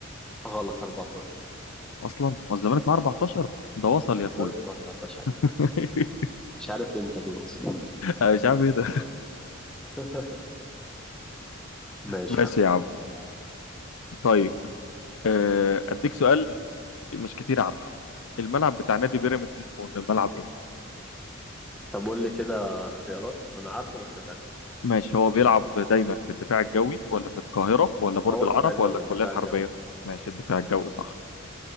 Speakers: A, in the centre; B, on the left.
A: غلط 14
B: اصلا هو الزمالك معاه 14 ده وصل يا
A: الزمالك
B: اخويا
A: 14 يعني.
B: <laughs>
A: مش عارف امتى دول اصلا
B: أنا مش عارف ايه ده
A: <laughs> ماشي
B: ماشي
A: يا عم
B: يا عم طيب آه، اديك سؤال مش كتير عارفه الملعب بتاع نادي بيراميدز اسمه الملعب ايه؟
A: طب قول لي كده اختيارات انا عارفه بس اتاكد
B: ماشي هو بيلعب دايما في الدفاع الجوي ولا في القاهرة ولا برج
A: هو
B: العرب
A: الدفاع الجوي
B: ولا الكلية
A: الدفاع
B: الحربية؟
A: الجوي
B: ماشي الدفاع الجوي صح